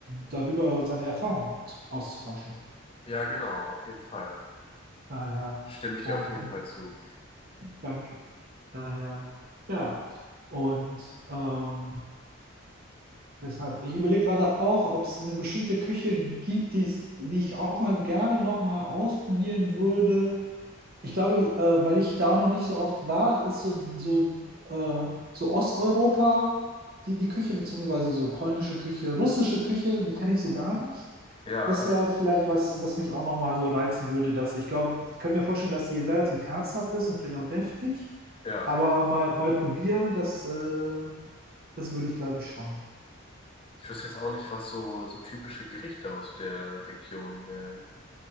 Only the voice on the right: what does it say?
darüber seine Erfahrungen auszutauschen.
Daher
und
äh,
danke. Daher, ja. Und ähm, deshalb, ich überlege gerade auch, ob es eine bestimmte Küche gibt, die es- die ich auch mal gerne nochmal ausprobieren würde Ich glaube, äh, weil ich da noch nicht so oft war, ist so, so, äh, so Osteuropa die, die Küche, beziehungsweise so polnische Küche, russische Küche, die kenne ich so gar nicht.
Das wäre vielleicht was, was mich auch nochmal so reizen würde, dass ich glaube, ich könnte mir vorstellen, dass die relativ herzhaft ist und vielleicht auch deftig,
aber mal, mal probieren, das, äh, das würde ich glaube ich schon.